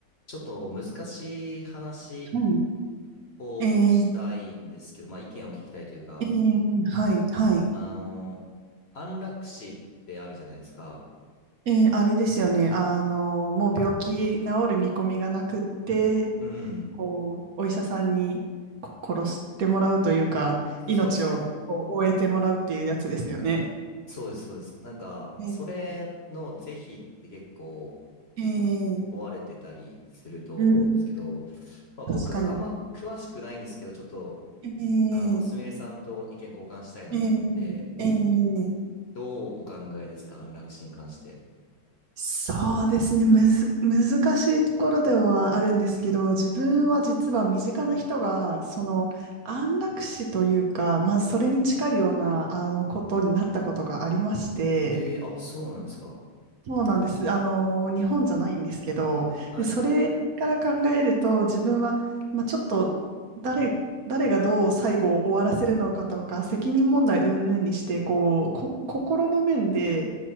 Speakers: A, on the left; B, on the right.
A: ちょっと難しい話
B: はい。
A: をしたいんですけど、
B: えー、
A: まあ意見を聞きたいというか、
B: えー、はい、はい。
A: あの、安楽死ってあるじゃないですか。
B: えー、あれですよね。あの、もう病気治る見込みがなくって、
A: うん。
B: こう、お医者さんにこ殺してもらうというか、
A: そうですね。
B: 命をこう終えてもらうっていうやつですよね。
A: そうです、そうです。なんか、
B: えー、
A: それの是非って結構
B: えー、
A: 問われてたりすると思うんですけど、
B: うん、
A: まあ僕あんま詳しくないんですけど、
B: 確かに。
A: ちょっと、
B: えー、
A: あの、すみれさんと意見交換したいなと思って、
B: えー、えー、
A: どうお考えですか、安楽死に関して。
B: そうですね。むず、難しいところではあるんですけど、自分は実は身近な人が、その安楽死というか、まあ、それに近いような、あの、ことになったことがありまして、
A: えー、あ、そうなんですか。
B: そうなんです。あの、日本じゃないんですけど、
A: はい
B: で、それから考えると、自分は、まあ、ちょっと誰、誰がどう最後を終わらせるのかとか、責任問題云々にして、こう、こ、心の面で